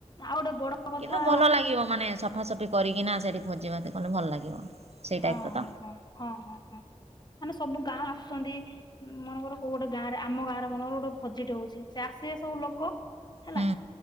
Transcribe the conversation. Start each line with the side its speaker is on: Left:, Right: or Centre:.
Left: ଆଉ ଗୋଟେ ବଡ କଥା
Right: କିନ୍ତୁ ଭଲ ଲାଗିବ ମାନେ ସଫାସଫି କରିକିନା ସେଠି ଭୋଜିଭାତ କଲେ ଭଲ ଲାଗିବ। ସେଇ ଟାଇପ୍
Left: ହଁ,
Right: ର
Left: ହଁ,
Right: ତ
Left: ହଁ, ହଁ, ହଁ, ହଁ, ମାନେ ସବୁ ଗାଁ ଆସୁଛନ୍ତି। ମନେକର କୋଉ ଗୋଟେ ଗାଁରେ ଆମ ଗାଁରେ ମନେକର ଗୋଟେ ଭୋଜିଟେ ହଉଛି ସେ ଆସିବେ ସବୁ ଲୋକ। ହେଲା
Right: ହୁଁ